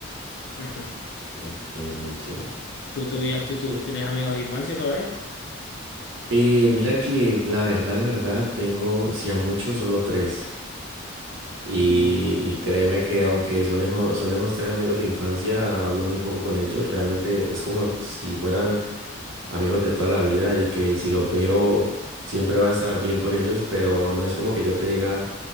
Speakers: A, on the left; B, on the right.
A: Ujú.
B: entiendo, entiendo.
A: ¿Tú tuvías tú, tú
B: Eh,
A: tenés amigos de infancia todavía?
B: eh, mira que la verdad, la verdad, tengo, si a mucho, solo tres. Y,
A: Mm,
B: y créeme que aunque son esos, son esos tres amigos de infancia, hablo muy poco con ellos. Realmente es como si fueran amigos de toda la vida y que si los veo, siempre va a estar bien con ellos, pero no es como que yo te diga.